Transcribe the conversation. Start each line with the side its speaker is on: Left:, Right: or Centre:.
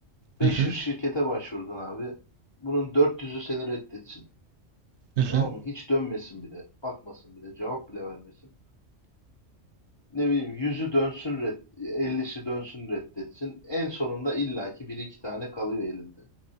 Left: 500
Right: Hı hı,
Left: şirkete başvurdun abi. Bunun 400'ü seni reddetsin.
Right: hı hı.
Left: Tamam mı? Hiç dönmesin bile. Bakmasın bile. Cevap bile vermesin. Ne bileyim yüzü dönsün red, 50'si dönsün reddetsin. En sonunda illaki bir iki tane kalıyor elinde.